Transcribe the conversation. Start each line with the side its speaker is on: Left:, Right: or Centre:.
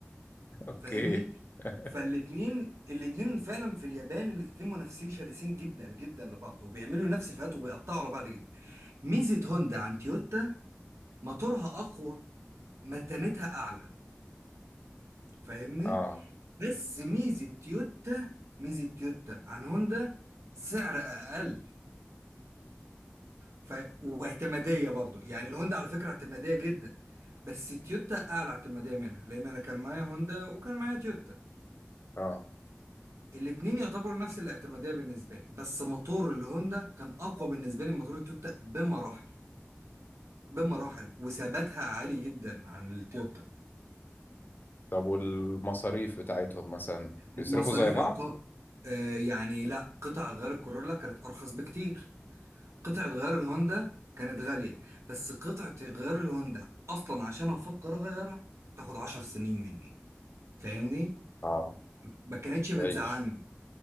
Left: اوكي
Right: فاهمني
Left: <laughs>
Right: فالاتنين الاتنين فعلا في اليابان الاتنين منافسين شرسين جدا جدا لبعض وبيعملوا نفس الفئات وبيقطعوا على بعض جدا ميزة هوندا عن تويوتا موتورها أقوى متانتها أعلى فاهمني
Left: اه
Right: بس ميزة تويوتا ميزة تويوتا عن هوندا سعر أقل ف... واعتمادية برضو يعني الهوندا على فكرة اعتمادية جدا بس تويوتا أعلى اعتمادية منها لأن أنا كان معايا هوندا وكان معايا تويوتا
Left: اه
Right: الاتنين يعتبروا نفس الاعتمادية بالنسبة لي بس موتور الهوندا كان أقوى بالنسبة لي من موتور التويوتا بمراحل بمراحل وثباتها عالي جدا عن التويوتا
Left: طب والمصاريف بتاعتهم مثلا بيصرفوا
Right: بمصاريف
Left: زي بعض؟
Right: يعتبر آه يعني لا قطع غيار الكورولا كانت ارخص بكتير قطعة غيار الهوندا كانت غالية بس قطعة غيار الهوندا اصلا عشان افكر اغيرها تاخد عشر سنين مني فاهمني
Left: اه
Right: ما كانتش بتزعلني
Left: تعيش